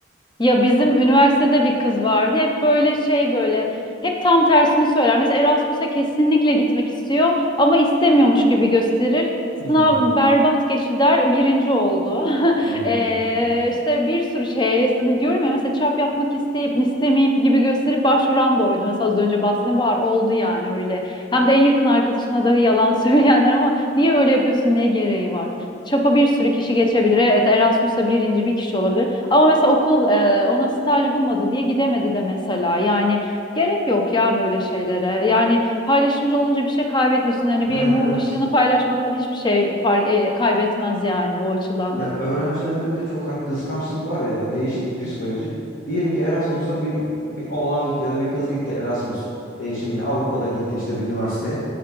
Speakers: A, on the left (about 25°); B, on the left (about 45°).
A: Ya bizim üniversitede bir kız vardı. Hep böyle şey böyle hep tam tersini söyler. Mesela Erasmus'a kesinlikle gitmek istiyor ama istemiyormuş gibi gösterir. Sınav
B: Hmm.
A: berbat geçti der birinci oldu.
B: Allah.
A: <laughs> Eee işte bir sürü şey diyorum ya mesela çap yapmak isteyip istemeyip gibi gösterip başvuran da oydu. Mesela az önce bahsettiğim var oldu yani öyle. Hem de en yakın arkadaşına dahi yalan <laughs> söyleyenler ama niye böyle yapıyorsun ne gereği var? Çapa bir sürü kişi geçebilir. Evet Erasmus'ta birinci bir kişi olabilir. Ama mesela okul e, ona staj bulmadı diye gidemedi de mesela. Yani gerek yok ya böyle şeylere. Yani paylaşımcı olunca bir şey kaybetmiyorsun. Hani
B: Evet
A: bir mum
B: evet.
A: ışığını paylaşmaktan hiçbir şey fark, e, kaybetmez yani o açıdan.
B: Ya öğrencilerde bir de çok hani kıskançlık var ya değişik bir psikoloji. Diyelim ki Erasmus'a bir, bir oğlan gitti ya da bir kız gitti Erasmus değişimiyle Avrupa'da gitti işte bir üniversiteye.